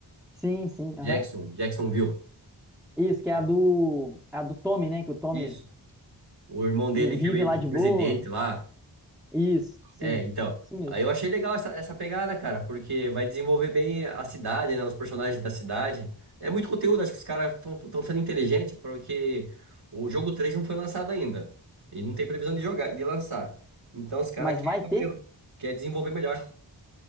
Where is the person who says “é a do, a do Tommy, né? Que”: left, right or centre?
Centre